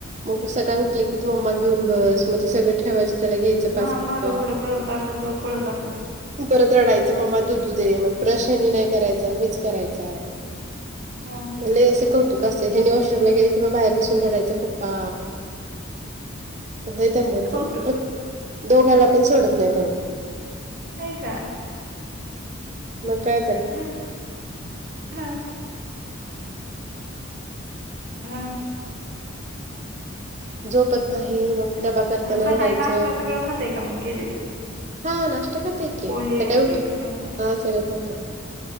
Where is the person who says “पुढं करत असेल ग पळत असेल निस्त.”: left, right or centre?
Right